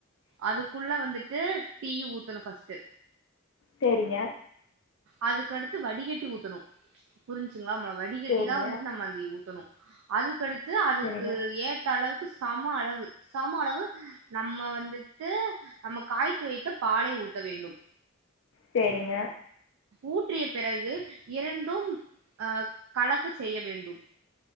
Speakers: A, on the right; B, on the left.
A: அதுக்குள்ள வந்துட்டு டீ ஊத்தணு ஃப்ஸ்ட்டு
B: சேரிங்க
A: அதுக்கடுத்து வடிகட்டி ஊத்தணும் புரிஞ்சு நாம வடிகட்டிதா
B: சேரிங்க
A: வந்துட் நம்ம அந்தி ஊத்தணு அதுக்கடுத் து அதுக்கு
B: சேரிங்க
A: ஏத்த அளவுக்கு சம அளவு சம அளவு நம்ம வந்துட்டு நமக் காய்த்து வைத்து பாலை ஊத்த வேண்டும்
B: சேரிங்க
A: ஊற் றிய பிறகு இரண் டும் அ கலக்க செய்ய வேண்டும்